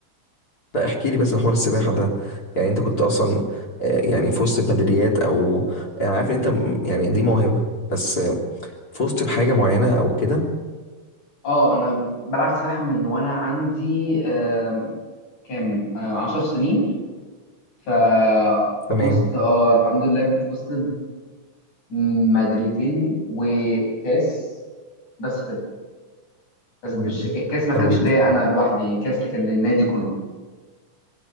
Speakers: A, on the left; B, on the left.
A: لا احكي لي بس عن حوار السباحة ده يعني انت كنت اصلا آه، يعني في وسط البندريات او انا عارف ان انت م- يعني دي موهبة بس آه، في وسط بحاجة معينة او كده
B: اه انا بلعب سباحه من وانا عندي آه كام آه عشر سنين ف
A: تمام
B: فزت اه الحمد لله فزت بميداليتين وكاس بس كده بس
A: حلو
B: مش
A: جدا
B: الكاس
A: حلو
B: ما كانش
A: جدا
B: ليا انا لوحدي كاس اللي كان للنادي كله